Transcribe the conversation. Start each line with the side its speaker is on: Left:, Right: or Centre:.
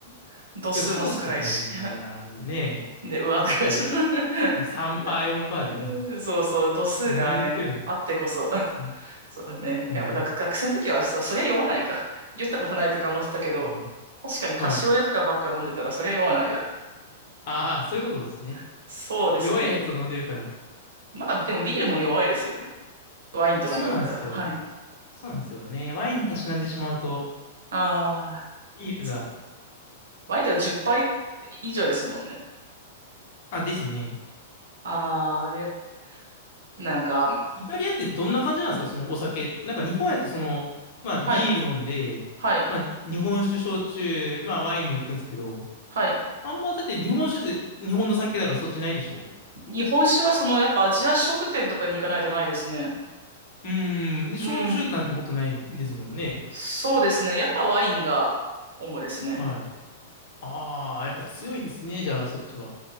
Right: <laughs> 度数も少ないし、
Left: いや、そうっすよね。
Right: <laughs>
Left: な、ねえ、
Right: で、うわとか言っちゃった。
Left: ほんと、な3%、4%
Right: <laughs> うん
Left: でね、
Right: <laughs> そうそう、度数がね、
Left: 何を言ってるんだと。
Right: あってこそ。
Left: うん
Right: <laughs> そうね。
Left: もう、
Right: いや、学、学生の時はさ、そりゃ酔わないか。酔ったことないとか思ってたけど、
Left: うん、
Right: 確かにカシオレとかばっか飲んでたら、
Left: はい。
Right: そりゃ酔わないわ。
Left: ああ、そういうことですね。
Right: <laughs> そうですね。
Left: 弱いやつを飲んでるから。
Right: まあ、でもビールも弱いですよね。ワインとかに比べたら。
Left: そうなんですよ。
Right: はい。
Left: そうなんですよね。ワインにたしなんでしまうと、
Right: ああ、
Left: ビールが。
Right: そワインとか10杯以上ですもんね。
Left: あ、ですね。
Right: ああ、で、なんか、
Left: イタリアってどんな感じなんですかそのお酒。なんか日本やとその、まあビール飲んで、
Right: はい、はい、
Left: まあ日本酒焼酎、まあワインも行くんですけど、
Right: はい。
Left: あんまだって日本酒で日本の酒だからそっちないでしょ
Right: 日本酒はその、やっぱアジア食店とかに行かないとないですね。
Left: うーん。で、
Right: うん。
Left: 焼酎なんてもっとないですもんね。
Right: そうですね。やっぱワインが主ですね。
Left: はい。ああ、やっぱ強いんですね。じゃあ、そっちは。